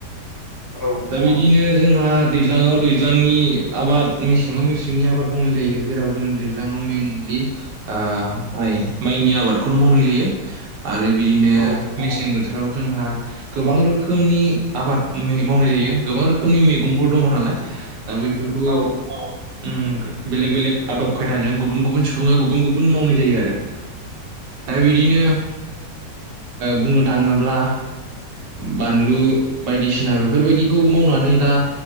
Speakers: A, on the left (about 35°); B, on the right (about 70°).
A: औ
B: दा बिदिनो जोंहा दैज्लाङाव दैज्लांनि आबाद मेसेंङाव मेसेंनि आबाद मावनाय जायो जेराव जों दैज्लाङाव मेनलि माइ माइनि आबादखौनो मावनाय जायो। आरो बिदिनो
A: औ
B: मेसें बोथोर बोथोराव जोंहा गोबां रोखोमनि आबाद मावनाय जायो गोबां रोखोमनि मैगंफोर दंङ नालाय। दा बैफोरखौ
A: औ
B: उम बेलेग बेलेग आदब खायदाजों गुबुन गुबुन सुबुङा गुबुन गुबुन मावनाय जायो आरो दा बिदिनो बुंनो थांङोब्ला बानलु बायदिसिना बे बेफोरबायदिखौ मावनानै दा